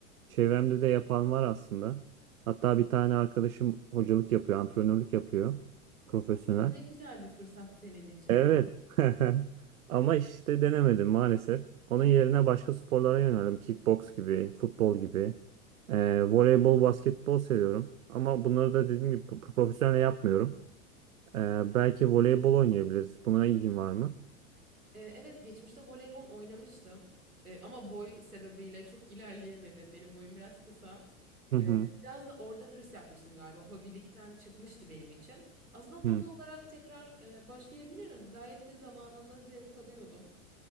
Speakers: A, on the right; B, on the right.
A: Çevremde de yapan var aslında. Hatta bir tane arkadaşım hocalık yapıyor, antrenörlük yapıyor, profesyonel.
B: Aslında ne güzel bir fırsat senin için.
A: Evet. <laughs> Ama işte denemedim maalesef. Onun yerine başka sporlara yöneldim. Kickbox gibi, futbol gibi. Ee, voleybol, basketbol seviyorum. Ama bunları da dediğim gibi pro- profesyonel yapmıyorum. Ee, belki voleybol oynayabiliriz. Buna ilgin var mı?
B: E, Evet geçmişte voleybol oynamıştım E, ama boy sebebiyle çok ilerleyemedim. Benim boyum biraz kısa.
A: Hı hı.
B: E, Biraz da orada hırs yapmıştım galiba. Hobilikten çıkmıştı benim için. Aslında hobi
A: Hı.
B: olarak tekrar e, başlayabilirim. Gayet de zamanında zevk alıyordum.